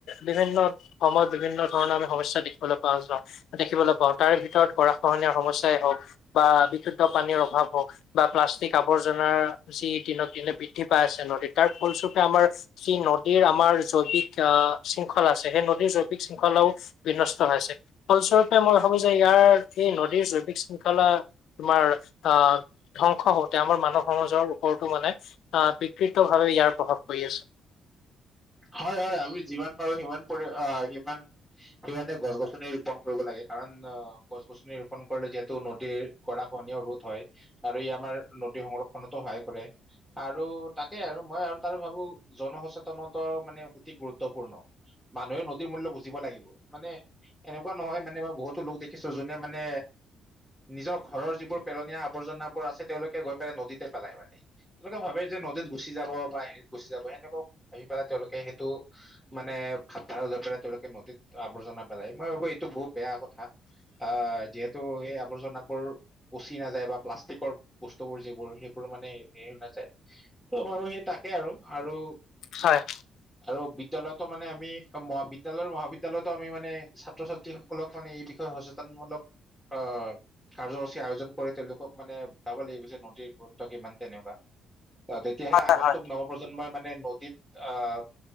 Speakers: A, on the left; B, in the centre.
A: বিভিন্ন সময়ত বিভিন্ন ধৰণৰ আমি সমস্যা দেখিবলৈ পা যাওঁ দেখিবলৈ পাওঁ তাৰে ভিতৰত গৰা খহনীয়া সমস্যাই হওক বা বিশুদ্ধ পানীৰ অভাৱ হওক বা প্লাষ্টিক আৱৰ্জনাৰ যি দিনক দিনে বৃদ্ধি পাই আছে নদীত তাৰ ফলস্বৰূপে আমাৰ যি নদীৰ আমাৰ জৈৱিক আ শৃংখল আছে, সেই নদীৰ জৈৱিক শৃংখলাও বিনষ্ট হৈছে, ফলস্বৰূপে মই ভাবো যে ইয়াৰ এই নদীৰ জৈৱিক শৃংখলা তোমাৰ আ ধ্বংস হওঁতে আমাৰ মানৱ সমাজৰ <unintelligible> মানে আ বিকৃতভাৱে ইয়াৰ প্ৰভাৱ পৰি আছে।
B: হয় হয়। আমি যিমান পাৰোঁ সিমান পৰি অ সিমান - সিমানে গছ -গছনি ৰোপন কৰিব লাগে কাৰণ অ গছ গছনি ৰোপন কৰিলে যিহেতু নদীৰ গৰাখহনীয়া ৰোধ হয় আৰু ই আমাৰ নদী সংৰক্ষণতো সহায় কৰে আৰু তাকে আৰু মই আৰু তাৰ ভাবোঁ জনসচে তনতো মানে অতি গুৰুত্বপূৰ্ণ, মানুহে নদীৰ মূল্য বুজিব লাগিব, মানে এনেকুৱা ন হয় মানে মই বহুতো লোক দেখিছোঁ যোনে মানে নিজৰ ঘৰৰ যিবোৰ পেলনীয়া আৱৰ্জনাবোৰ আছে, তেওঁলোকে গৈ পেলাই নদীতে পেলাই মানে, তেওঁলোকে ভাবে যে নদীত গুচি যাব বা হেৰিত গুচি যাব সেনেকুৱা ভাবি পেলাই তেওঁলোকে সেইটো, মানে ভাৱধাৰা লৈ পেলাই তেওঁলোকে নদীত আৱৰ্জনা পেলাই, মই ভাবো এইটো বহুত বেয়া কথা। আ, যিহেতু সেই আৱৰ্জনাবোৰ পচি নাযায়, বা প্লাষ্টিকৰ বস্তুবোৰ যিবোৰ সেইবোৰ মানে হেৰি নাযায় ত মই ভাবো সেই তাকে আৰু, আৰু
A: হয়।
B: আৰু বিদ্যালয়তো মানে আমি ম বিদ্যালয়ৰ মহাবিদ্যালয়তো আমি মানে ছাত্ৰ- ছাত্ৰীসকলক মানে এই বিষয়ে সচেতন মূলক অ, কাৰ্যসূচী আয়োজন কৰি তেওঁলোকক মানে বুজাব লাগিব যে নদীৰ গুৰুত্ব কিমান কেনেকুৱা। অ তেতিয়াহে
A: হয়
B: আগন্তুক
A: হয়।
B: নৱপ্ৰজন্মই মানে ন আহ